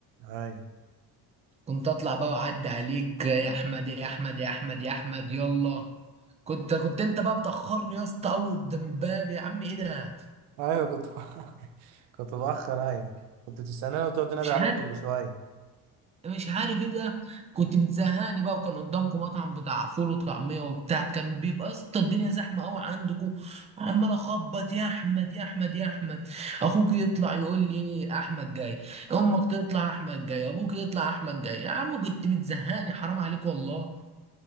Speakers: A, on the right (about 80°); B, on the right (about 15°).
A: اي
B: كنت اطلع بقى واعدي عليك يا احمد يا احمد يا احمد يا احمد يلا كنت كنت انت بقى بتاخرني يا اسطى قوي قدام الباب يا عم ايه ده
A: ايوه كنت ب... <laughs> كنت بأخر ايوه كنت تستناني وتقعد تنادي
B: مش
A: عليا
B: عارف
A: كل شويه
B: مش عارف ايه ده كنت بتزهقني بقى وكان قدامكم مطعم بتاع فول وطعميه وبتاع كان بيبقى يا اسطى الدنيا زحمه قوي عندكم عمال اخبط يا احمد يا احمد يا احمد اخوك يطلع يقول لي ايه احمد جاي امك تطلع احمد جاي ابوك يطلع احمد جاي يا عم كنت بتزهقني حرام عليك والله